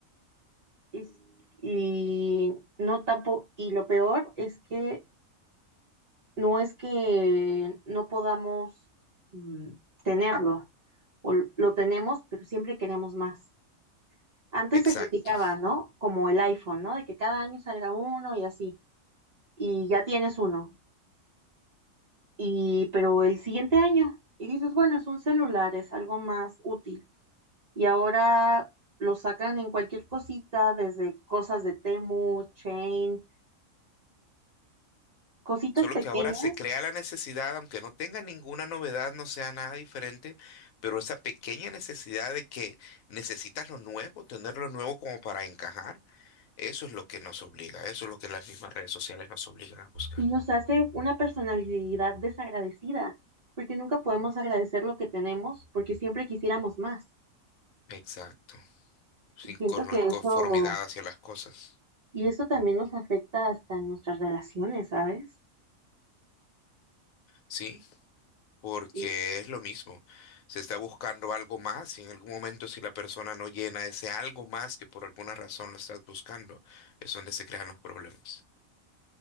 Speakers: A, on the right; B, on the left.
A: Es- y no tampoco, y lo peor es que no es que no podamos mm, tenerlo, o l- lo tenemos, pero siempre queremos más. Antes
B: Exacto.
A: se criticaba, ¿no? Como el iPhone, ¿no? De que cada año salga uno y así, y ya tienes uno, y pero el siguiente año, y dices, bueno, es un celular, es algo más útil. Y ahora lo sacan en cualquier cosita, desde cosas de Temu, Chain, cositas
B: Solo
A: pequeñas
B: que ahora se crea la necesidad, aunque no tenga ninguna novedad, no sea nada diferente, pero esa pequeña necesidad de que necesitas lo nuevo, tener lo nuevo como para encajar, eso es lo que nos obliga, eso es lo que las mismas redes sociales nos obligan a buscar.
A: Y nos hace una personalidad desagradecida, porque nunca podemos agradecer lo que tenemos, porque siempre quisiéramos más.
B: Exacto, sin
A: Y siento
B: con-
A: que eso,
B: conformidad hacia las cosas,
A: y eso también nos afecta hasta en nuestras relaciones, ¿sabes?
B: ¿sí? Porque
A: Y
B: es lo mismo, se está buscando algo más y en algún momento si la persona no llena ese algo más que por alguna razón lo estás buscando, es donde se crean los problemas.